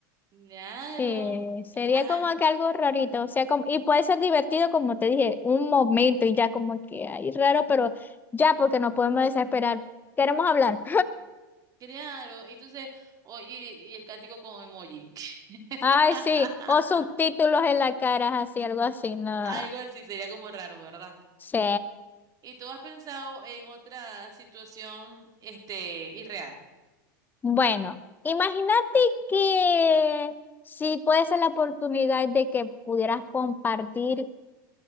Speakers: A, on the right; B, on the left.
A: Claro.
B: Sí, sería
A: eh, Ajá,
B: como que algo rarito, o sea, como, y puede ser divertido, como te dije, un momento y ya como que ahí raro, pero ya porque no podemos desesperar. Queremos hablar.
A: claro. Entonces, oye, y y el cántico con emoji. <laughs>
B: Ay, sí, o subtítulos en la cara, así, algo así, no.
A: Algo así sería como raro, ¿verdad?
B: Sí.
A: ¿Y tú has pensado en otra situación, este, irreal?
B: Bueno, imagínate que si puede ser la oportunidad de que pudieras compartir